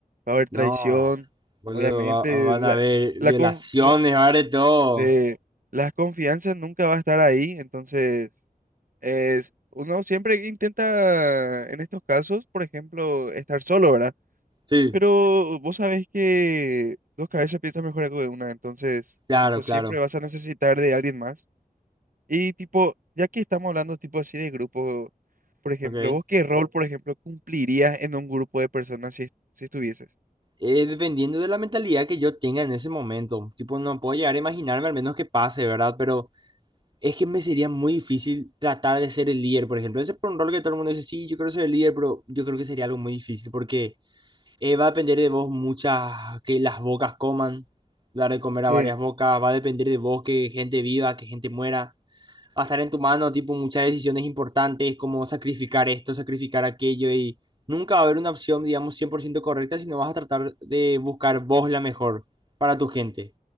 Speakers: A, on the right; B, on the right.
A: va a haber
B: No,
A: traición,
B: boludo,
A: obviamente,
B: va- van
A: la,
B: a haber
A: la
B: violaciones,
A: con- no,
B: va a haber de todo.
A: se, la confianza nunca va a estar ahí, entonces es- uno siempre intenta, en estos casos, por ejemplo, estar solo, ¿verdad?
B: Sí,
A: Pero vos sabés que dos cabezas piensan mejor que una, entonces,
B: claro,
A: tipo,
B: claro.
A: siempre vas a necesitar de alguien más. Y, tipo, ya que estamos hablando, tipo, así de grupo, por ejemplo,
B: Ok.
A: ¿vos qué rol, por ejemplo, cumplirías en un grupo de personas si, est- si estuvieses?
B: Eh, dependiendo de la mentalidad que yo tenga en ese momento. Tipo, no puedo llegar a imaginarme al menos que pase, ¿verdad? Pero es que me sería muy difícil tratar de ser el líder, por ejemplo. Ese es por un rol que todo el mundo dice, sí, yo quiero ser el líder, pero yo creo que sería algo muy difícil porque eh, va a depender de vos muchas, que las bocas coman, dar de comer
A: Sí,
B: a varias bocas, va a depender de vos que gente viva, que gente muera va a estar en tu mano, tipo, muchas decisiones importantes, como sacrificar esto, sacrificar aquello, y nunca va a haber una opción, digamos, 100% correcta, sino vas a tratar de buscar vos la mejor para tu gente.